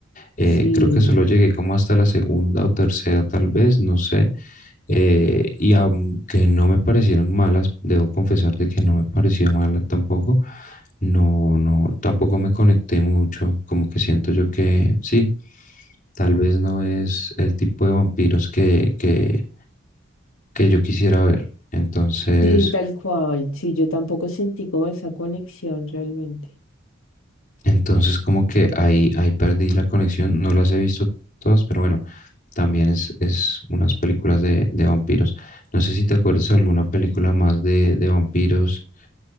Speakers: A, on the left; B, on the left.
A: eh,
B: sí,
A: creo que solo llegué como hasta la segunda o tercera tal vez, no sé, eh, y aunque no me parecieron malas, debo confesar de que no me pareció mala tampoco. No, no, tampoco me conecté mucho, como que siento yo que sí, tal vez no es el tipo de vampiros que, que, que yo quisiera ver. Entonces,
B: sí, tal cual. Sí, yo tampoco sentí como esa conexión realmente.
A: entonces como que ahí, ahí perdí la conexión, no las he visto todas, pero bueno, también es, es unas películas de, de vampiros. No sé si te acuerdas alguna película más de, de vampiros